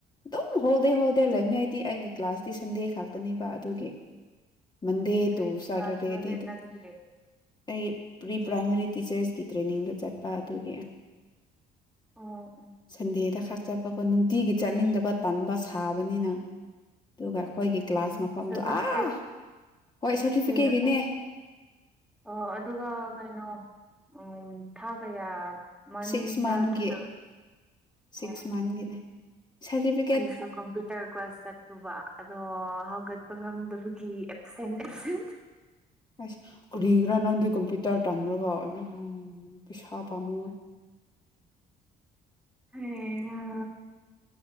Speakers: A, on the left; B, in the centre.
A: ꯑꯗꯨꯝ ꯍꯣꯜꯗꯦ ꯍꯣꯜꯗꯦ ꯂꯩꯕꯅꯤꯏꯗꯤ ꯑꯩꯒꯤ ꯀ꯭ꯂꯥꯁꯇꯤ ꯁꯟꯗꯦ ꯈꯥꯛꯇꯅꯦꯕ ꯑꯗꯨꯒꯤ ꯃꯟꯗꯦ
B: ꯀꯔꯤ
A: ꯇ ꯁꯇꯔꯗꯦꯗꯤ
B: ꯀ꯭ꯂꯥꯁꯅꯣꯅꯦ
A: ꯑꯗꯨ
B: ꯅꯪꯒꯤ
A: ꯑꯩ ꯄ꯭ꯔꯤ ꯄ꯭ꯔꯥꯏꯃꯔꯤ ꯇꯤꯆꯔꯁꯀꯤ ꯇ꯭ꯔꯦꯅꯤꯡꯗ ꯆꯠꯄ ꯑꯗꯨꯒꯤ
B: ꯑꯣ
A: ꯁꯗꯦꯗ ꯈ ꯆꯠꯄ ꯑꯩ ꯅꯨꯡꯇꯤꯒꯤ ꯆꯠꯅꯤꯡꯗꯕ ꯇꯟꯕ ꯁꯥꯕꯅꯤꯅ ꯑꯗꯨꯒ ꯑꯩꯈꯣꯏꯒꯤ ꯀ꯭ꯂꯥꯁ
B: ꯑꯣ
A: ꯃꯐꯝꯗꯣ
B: ꯁꯥꯔꯇꯤꯐꯤꯀꯦꯠ
A: ꯑꯥ ꯍꯣꯏ ꯁꯥꯔꯇꯤꯐꯤꯀꯦꯠꯒꯤꯅꯦ
B: ꯀꯩꯅꯣꯅꯦ ꯑꯣ ꯑꯗꯨꯒ ꯀꯩꯅꯣ ꯎ ꯊꯥ ꯀꯌꯥ ꯃꯟꯗ
A: ꯁꯤꯛꯁ ꯃꯟꯒꯤ
B: ꯑꯣ ꯑꯣ
A: ꯁꯤꯛꯁ ꯃꯟꯒꯤꯅꯦ ꯁꯥꯔꯇꯤꯐꯤꯀꯦꯠ
B: ꯑꯩꯁꯨ ꯀꯝꯄꯌꯨꯇꯔ ꯀ꯭ꯂꯥꯁ ꯆꯠꯂꯕ ꯑꯗꯨ ꯑꯣ ꯍꯧꯒꯠꯄ ꯉꯝꯗꯕꯒꯤ ꯑꯦꯞꯁꯦꯟ ꯑꯦꯞꯦꯟ
A: ꯑꯁ ꯀꯔꯤꯒ꯭ꯔꯥ ꯅꯪꯗꯤ ꯀꯝꯄ꯭ꯌꯨꯇꯔ ꯇꯝꯂꯒ ꯅꯪ ꯄꯩꯁꯥ ꯄꯥꯝꯃꯨ
B: ꯍ ꯑ